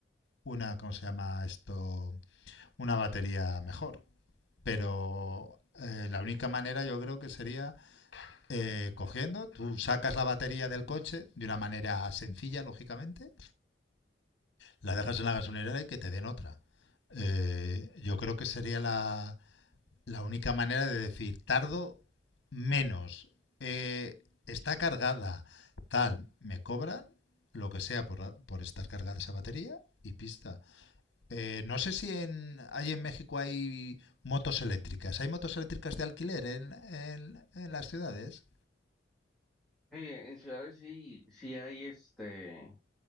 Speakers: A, on the left; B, in the centre.
A: una ¿cómo se llama esto? Una batería mejor. Pero eh, la única manera yo creo que sería eh, cogiendo, tú sacas la batería del coche de una manera sencilla, lógicamente, la dejas en la gasolinera y que te den otra. Eh, yo creo que sería la, La única manera de decir tardo menos, eh, está cargada, tal, me cobran lo que sea por, por estar cargada esa batería y pista. Eh, no sé si en, hay en México hay motos eléctricas. ¿Hay motos eléctricas de alquiler en, en, en las ciudades?
B: Sí, en ciudades sí, sí hay este,